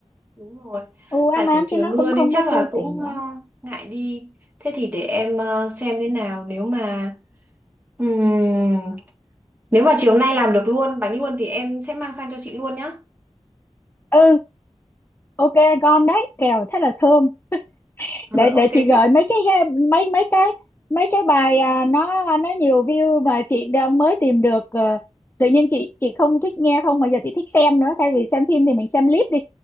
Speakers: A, on the right (about 15°); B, on the left (about 20°).
A: Đúng rồi.
B: u
A: Tại
B: ám ám
A: kiểu trời
B: chứ nó
A: mưa
B: cũng không
A: nên chắc
B: có
A: là
B: tươi
A: cũng
B: tỉnh
A: ờ,
B: lắm
A: ngại đi. Thế thì để em ờ, xem thế nào nếu mà ừm, nếu mà chiều nay làm được luôn bánh luôn thì em sẽ mang sang cho chị luôn nhá.
B: ừ ok con đấy kèo thế là thơm
A: Ờ,
B: để để
A: ok
B: chị
A: chị
B: gửi mấy cái ga- mấy mấy cái mấy cái bài à, nó nó nhiều view mà chị đã mới tìm được ờ, tự nhiên chị chị không thích nghe không mà giờ chị thích xem nữa thay vì xem phim thì mình xem clip đi